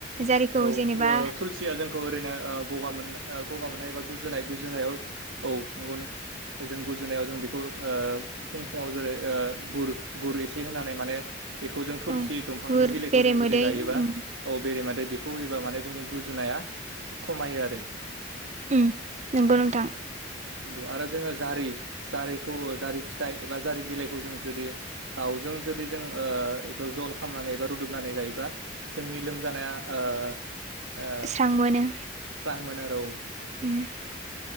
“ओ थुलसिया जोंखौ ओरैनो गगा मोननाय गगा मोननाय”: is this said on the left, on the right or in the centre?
Right